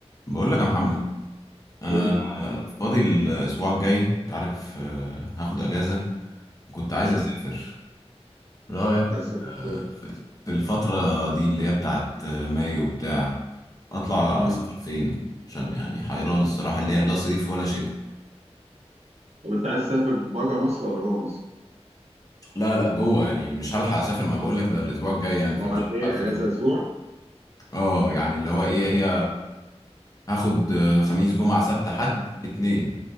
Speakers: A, on the left (about 30°); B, on the right (about 70°).
A: بقول لك يا محمد انا
B: قول لي
A: فاضي الاسبوع الجاي انت عارف آه، هاخد اجازه كنت عايز
B: امم
A: اسافر رايك
B: عايز تسافر
A: آه،
B: فين
A: في في الفتره دي اللي هي بتاعت آه، مايو بتاع اطلع
B: امم
A: سفر فين عشان يعني حيران الصراحه اللي هي لا صيف ولا شتاء
B: طب انت عايز تسافر بره مصر ولا جوه مصر
A: لا لا جوه يعني مش هلحق اسافر ما بقول لك ده الاسبوع الجاي يعني فمش
B: هو قد
A: هلحق
B: ايه
A: اسافر
B: اجازه اسبوع
A: اه يعني اللي هو ايه هي هاخد آه، خميس جمعه سبت حد اتنين